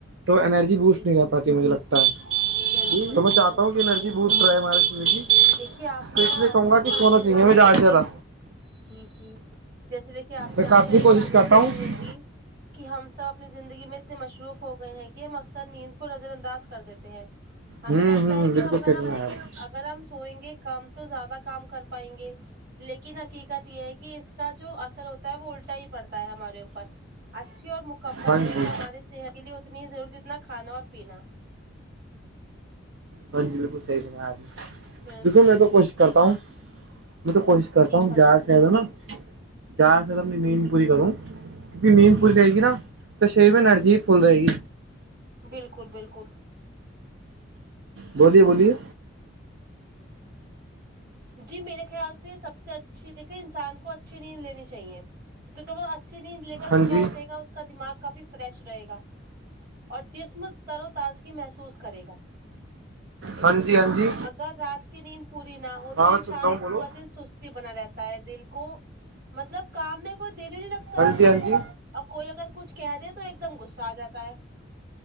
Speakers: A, on the right; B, on the right.
A: تو انرجی بوسٹ
B: جی
A: نہیں
B: جی
A: کر پاتی مجھے لگتا ہے
B: بالکل
A: تو میں
B: بالکل
A: چاہتا ہوں کہ انرجی بوسٹ رہے ہمارے شریر کی
B: دیکھیے آپ نے
A: تو اس
B: نا
A: لیے
B: آج
A: کہوں
B: کل
A: گا
B: یہ
A: کہ سونا
B: چیز
A: چاہیے
B: ضرور
A: ہمیں زیادہ
B: دیکھی
A: سے زیادہ
B: ہے جی جی جیسے دیک آپ نے
A: میں
B: آج
A: کافی
B: کل ایک
A: کوشش
B: چیز ضرور
A: کرتا
B: دیکھی
A: ہوں
B: ہوگی کہ ہم سب اپنی زندگی میں سے مصروف ہو گئے ہیں کہ ہم اکثر نیند کو نظر انداز کر دیتے ہیں ہمیں
A: ہوں
B: لگتا
A: ہوں
B: ہے کہ
A: بالکل
B: ہم اگر
A: صحیح
B: ہم
A: فرمایا آپ نے
B: اگر ہم سوئیں گے کم تو زیادہ کام کر پائیں گے لیکن حقیقت یہ ہے کہ اس کا جو اثر ہوتا ہے وہ الٹا ہی پڑتا ہے ہمارے اوپر اچھی اور مکمل
A: ہاں جی
B: نیند ہماری صحت چیزے اتنی ہی ضروری جتنا کھانا اور پینا
A: ہاں جی بالکل صحیح فرمایا آپ نئے
B: بالکل
A: دیکھیے میں تو کوشش کرتا ہوں میں تو کوشش کرتا
B: جی
A: ہوں
B: فرمائیں
A: جہاں سے اتا
B: ہاں
A: ہونا جہاں سے میں اپنی نیند پوری کروں کیونکہ نیند
B: جی
A: پوری رہائے
B: جی
A: گی نا تو ہاں تو شریر میں انرجی بی فل رہے گی
B: بالکل بالکل
A: بولیے بولیے
B: جی میرے خیال سے سب سے اچھی دیکھے انسان کو اچھی نیند لینی چاہیے کیونکہ وہ اچھی نہیں لے کر
A: ہاں
B: صبح
A: جی
B: اٹھے گا اس کا دماغ کافی فریش رہے گا اور جسم تر و تازگی محسوس کرے گا
A: ہاں جی ہاں جی
B: اگر رات کی نیند پوری نہ ہو
A: ہاں
B: تو
A: میں
B: انسان
A: سن رہا ہوں بولو
B: پورا دن سستی بنا رہتا ہے دن کو مطلب کام میں کوئی دل ہی نہیں رگتا ہیں
A: ہاں جی ہاں جی
B: اور کوئی اگر کچھ کہہ دے تو ایک دم غصہ آ جاتا ہے